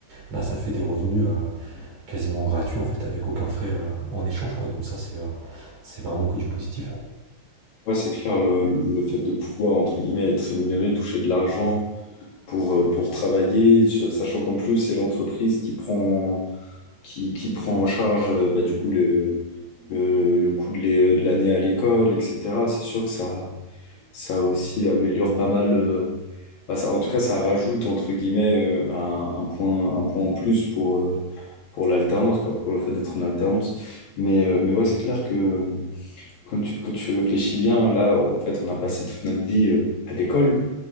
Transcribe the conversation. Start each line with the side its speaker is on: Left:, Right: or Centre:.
Right: bah ça fait des revenus euh, quasiment gratuits en fait, avec aucun frais euh, en échange quoi, donc ça c'est euh, c'est vraiment que du positif.
Left: ouais, c'est clair, le, le fait de pouvoir, entre guillemets, être rémunéré, toucher de l'argent pour, euh, pour travailler, sachant qu'en plus, c'est l'entreprise qui prend, qui, qui prend en charge euh, bah, du coup, le, le, le coût de l'é- de l'année à l'école, etc. C'est sûr que ça, ça aussi améliore pas mal. euh, bah, ça, en tout cas, ça rajoute, entre guillemets, euh, un, un point, un point en plus pour, euh, pour l'alternance, quoi, pour le fait d'être en alternance. Mais, euh, mais ouais, c'est clair que euh, quand tu, quand tu réfléchis bien, là, en fait, on a passé toute notre vie euh, à l'école.